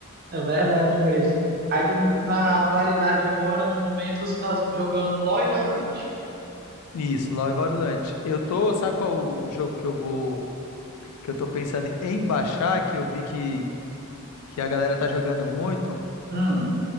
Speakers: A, on the right; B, on the left.
A: É verdade mesmo. Aí tu, na atualidade agora, no momento, você tá jogando LoL e Valorant.
B: Isso, LoL e Valorant. Eu tô, sabe qual o jogo que eu vou, que eu tô pensando em baixar, que eu vi que, que a galera tá jogando muito?
A: Hum,